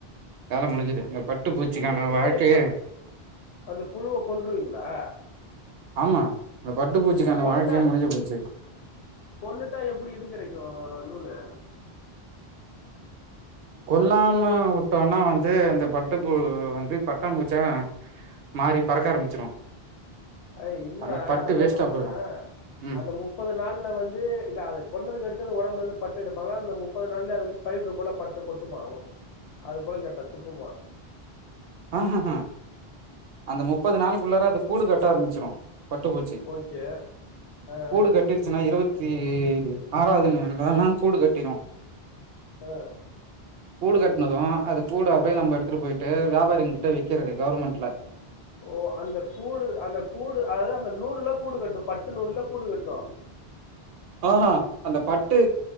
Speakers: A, on the right; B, on the left.
A: வேலை முடிஞ்சது இந்த பட்டு பூச்சிக்கான
B: ஃபினிஷ்னா
A: வாழ்க்கையே
B: இப்ப அந்த புழுவ கொன்றுவீங்களா
A: ஆமா அந்த பட்டுப்பூச்சிக்கான
B: கொன்னுட்டா
A: வாழ்க்கையே முடிஞ்சி போச்சி
B: கொன்னுட்டா எப்படி இது கிடைக்கு அ நூலு
A: கொல்லாம உட்டோன்னா வந்து இந்த பட்டுப்பு வந்து பட்டா பூச்சா மாறி பறக்க ஆரம்பிச்சிரு
B: அய் இல்லடா
A: அந்த பட்டு
B: நா என்ன
A: வேஸ்ட்டா
B: சொல்றேன்னா
A: போயிரு ம்
B: அந்த மு முப்பது நாள்ல வந்து இத அத கொன்னதுக்கடுத்து உடம்புலருந்து பட்டு எடுப்பாங்கா அ முப்பது நாள்ல அது வந்து ஸ்பயிட்ரு போல பட்டு கொட்டுமா அது போல கேட்டே துப்புமா
A: ஆஹ்ஹஹ அந்த முப்பது நாளுக்குள்ளார அது கூடு கட்ட ஆரம்பிச்சுரு பட்டுப்பூச் சே
B: ஓகே ஆ ஆ
A: கூடு கட்டி ச்சுனா இருவத்தி ஆறாவதுனு <unintelligible> கூடு கட்டிரு
B: ஆ
A: கூடு கட்டினது அது கூடாவே நம்ப எடுத்துட்டு போய்ட்டு வியாபாரி கிட்ட விக்கிறது கவர்மெண்ட்ல
B: ஓ அந்த கூடு அந்த கூடு அதாவது அந்த நூடுல்ல கூடு கட்டு பட்டு நூல்ல கூடு கட்டு
A: ஆமா அந்த பட்டு